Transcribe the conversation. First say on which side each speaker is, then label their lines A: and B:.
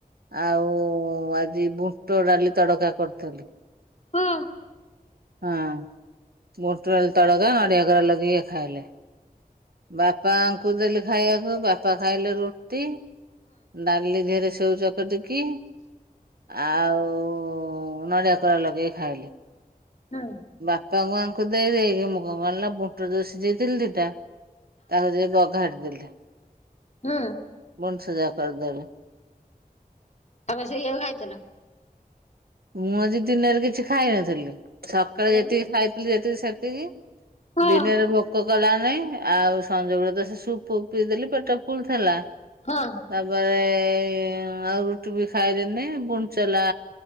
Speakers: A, on the right; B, on the left.
A: ଆଉ ଆଜି ବୁଣ୍ଟ ଡାଲି ତଡକା କରିଥିଲି।
B: ହୁଁ।
A: ଆଁ ବୁଟ ଡାଲି ତଳକା ନଡିଆ କୋରା ଲଗେଇକି ଖାଇଲେ। ବାପାଙ୍କୁ ଦେଲି ଖାଇବାକୁ ବାପା ଖାଇଲେ ରୁଟି। ଡାଲି ଧିରେ ସେଉଚ କରିଦେଇକି ଆଉ ନଡିଆ କୋରା ଲଗେଇକି ଖାଇଲେ।
B: ହୁଁ।
A: ବାପାଙ୍କୁ ଆଙ୍କୁ ଦେଇ ଦେଇକି ମୁଁ କଣ କରିଲିନା ବୁଟ୍ ଯୋଉ‍ ଶିଝେଇ ଦେଇଥିଲି ଦିଟା ତାକୁ ଯେ ବଘାରି ଦେଲି
B: ହୁଁ।
A: ବଣ୍ଡ୍ ସିଜା କରିଦେଲି।
B: ତମେ ସେଇଆକୁ ଖାଇଥିଲ।
A: ମୁଁ ଆଜି ଦିନରେ କିଛି ଖାଇନଥିଲି ସକାଳେ
B: ନାଇଁ?
A: ଯେତିକି ଖାଇଥିଲି। ଯେତିକି ସେତିକି
B: ହଁ,
A: ଦିନରେ ଭୋକକ ଗଲା ନାଇଁ ଆଉ ସଞ୍ଜ ବେଳକୁ ତ ସେ ସୁପ୍ ପିଇ ଦେଲି ପେଟ ଫୁରି ଥିଲା।
B: ହଁ।
A: ତାପରେ ଆଉ ରୁଟି ବି ଖାଇଲିନି ବୁନଚଲା